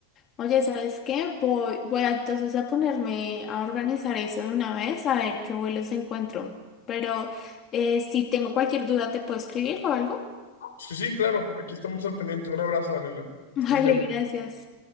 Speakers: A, on the left; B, on the left.
A: Oye, ¿sabes qué? Voy, voy a, entonces a ponerme a organizar eso de una vez, a ver qué vuelos encuentro. Pero eh, si tengo cualquier duda, ¿te puedo escribir o algo?
B: Sí, sí, claro. Aquí estamos al pendiente. Un abrazo, Daniela.
A: <laughs> Vale,
B: Estés bien.
A: gracias.